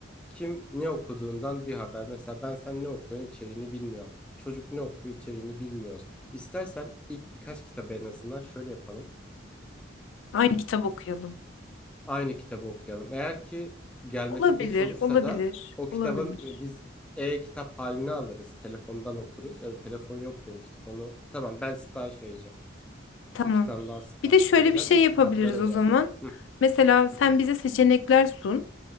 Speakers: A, in the centre; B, on the left.
A: Kim ne okuduğundan bir haber. Mesela ben sen ne okuyorsun içeriğini bilmiyorum. Çocuk ne okuyor içeriğini bilmiyoruz. İstersen ilk birkaç kitabı en azından şöyle yapalım.
B: Aynı kitap okuyalım.
A: Aynı kitabı okuyalım. Eğer ki gelmesi
B: Olabilir,
A: geç olursa
B: olabilir,
A: da o kitabın
B: olabilir.
A: e, biz e-kitap halini alırız. Telefondan okuruz ya da telefon yok demiştik. Onu tamam ben sipariş vereceğim.
B: Tamam.
A: İki tane daha sipariş
B: Bir de şöyle
A: vereceğim.
B: bir şey
A: İlk
B: yapabiliriz
A: kitapları öyle
B: o zaman.
A: yapalım. Hı
B: Mesela sen
A: hı
B: bize seçenekler sun.